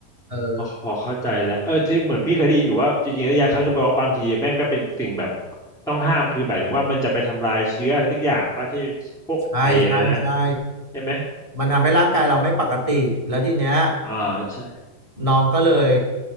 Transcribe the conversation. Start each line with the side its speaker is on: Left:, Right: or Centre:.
Right: เออ
Centre: พอเข้าใจแล้วเออที่เหมือนพี่เคยได้ยินอยู่ว่าจริงๆแล้วยาฆ่าก็แปลว่าบางทีแม่งก็เป็นสิ่งแบบต้องห้าม คือแบบนึงว่ามันจะไปทำลายเชื้ออะไรทุกอย่างป่ะที่พวกไอ้อะไรนะ
Right: ใช่ใช่ใช่
Centre: ใช่ไหม
Right: มันทำให้ร่างกายเราไม่ปกติแล้วทีเนี้ย
Centre: อ่าใช่
Right: น้องก็เลย